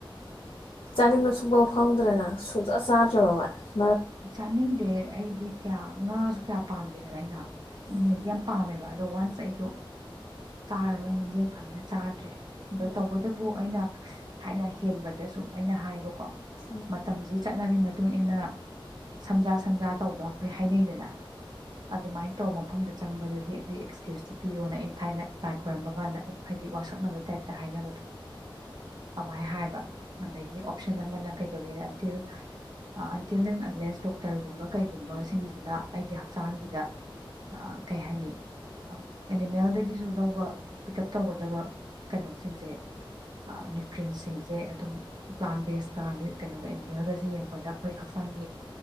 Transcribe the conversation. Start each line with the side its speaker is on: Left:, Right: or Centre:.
Left: ꯆꯥꯅꯤꯡꯕ ꯁꯨꯡꯐꯥꯎ ꯐꯥꯎꯗ꯭ꯔꯦꯅ ꯁꯨꯡꯆ ꯆꯥꯗ꯭ꯔꯕ ꯚꯏ
Right: ꯆꯥꯅꯤꯡꯗꯦ ꯑꯩꯗꯤ ꯀꯌꯥ ꯉꯥꯁꯨ ꯀꯌꯥ ꯄꯥꯝꯗꯦꯗꯅ ꯑꯩꯅ
Left: ꯎꯝ
Right: ꯌꯦꯟꯗꯤ ꯌꯥꯝ ꯄꯥꯝꯃꯦꯕ ꯑꯗꯣ ꯋꯥꯟꯁ ꯑꯩꯗꯣ ꯆꯥꯔꯔꯣꯏꯅ ꯂꯦꯞꯈ꯭ꯔꯝꯃꯤꯅ ꯆꯥꯗ꯭ꯔꯦ ꯑꯗꯣ
Left: ꯎꯝ
Right: ꯇꯧꯕꯇꯕꯨ ꯑꯩꯅ ꯊꯥꯏꯅ ꯍꯦꯟꯕꯗꯁꯨ ꯑꯩꯅ ꯍꯥꯢꯕꯀꯣ
Left: ꯎꯝ
Right: ꯃꯇꯝꯁꯤ ꯆꯠꯅꯕꯤ ꯃꯇꯨꯡ ꯏꯟꯅ ꯁꯝꯖꯥ
Left: ꯎꯝ ꯎꯝ ꯎꯝ ꯎꯝ
Right: ꯁꯝꯖꯥ ꯇꯧꯕ ꯑꯩꯈꯣꯏ ꯍꯥꯢꯅꯩꯗꯅ ꯑꯗꯨꯃꯥꯏꯟ ꯇꯧꯕ ꯃꯐꯝꯗ ꯆꯪꯕꯗꯗꯤ ꯑꯗꯨꯒꯤ ꯑꯦꯛꯁꯀ꯭ꯌꯨꯁꯇꯤ ꯄꯤꯌꯣꯅ ꯑꯩꯅ ꯊꯥꯢꯅ ꯂꯥꯏ ꯈꯣꯏꯔꯝꯕ ꯀꯥꯟꯗ ꯍꯥꯏꯗꯤ ꯋꯥꯁꯛꯅꯕꯩ ꯇꯥꯏꯞꯇ ꯍꯥꯏꯅꯕꯗꯣ ꯑꯗꯨꯃꯥꯏꯅ ꯍꯥꯏꯕ ꯑꯗꯒꯤ ꯑꯣꯞꯁꯟ ꯑꯃꯅ ꯀꯩꯗꯧꯒꯦ ꯑꯟꯇꯤꯜ ꯑꯟꯇꯤꯜ ꯀꯂꯦꯖ ꯗꯣꯛꯇꯔꯒꯨꯝꯕ ꯀꯩꯒꯨꯝꯕꯁꯤꯡꯁꯤꯅ ꯑꯩꯒꯤ ꯍꯛꯆꯥꯡꯒꯤꯗ ꯀꯩ ꯍꯥꯏꯅꯤ ꯑꯦꯅꯤꯃꯦꯜꯗꯒꯤꯁꯨ ꯂꯧꯕ ꯄꯤꯛ ꯑꯞ ꯇꯧꯒꯗꯕ ꯀꯩꯅꯣꯁꯤꯡꯁꯦ ꯅ꯭ꯌꯨꯇ꯭ꯔꯦꯟꯁꯤꯡꯁꯦ ꯑꯗꯨꯝ ꯄ꯭ꯂꯥꯟ ꯕꯦꯁꯀ ꯀꯩꯅꯣꯒ ꯑꯦꯅꯤꯃꯦꯜꯒꯖꯦ ꯌꯦꯡꯉꯛꯄꯗ ꯑꯩꯈꯣꯏ ꯍꯛꯆꯥꯡꯒꯤ